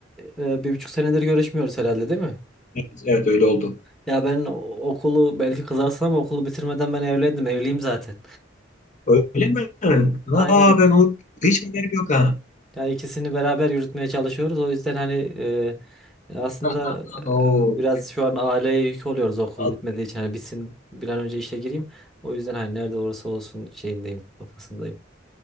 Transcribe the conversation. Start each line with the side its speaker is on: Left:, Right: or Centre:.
Centre: e, e, bir buçuk senedir görüşmüyoruz herhalde değil mi?
Left: Evet, evet öyle oldu.
Centre: Ya ben o- okulu belki kızarsın ama okulu bitirmeden ben evlendim. Evliyim zaten.
Left: Öyle mi?
Centre: Aynen.
Left: Aa ben o hiç haberim yok ha.
Centre: Ya ikisini beraber yürütmeye çalışıyoruz. O yüzden hani e, aslında
Left: <laughs> Oo,
Centre: e, biraz şu an aileye yük oluyoruz okul
Left: Allah,
Centre: bitmediği için. Hani bitsin bir an önce işe gireyim. O yüzden hani nerede olursa olsun şeyindeyim, kafasındayım.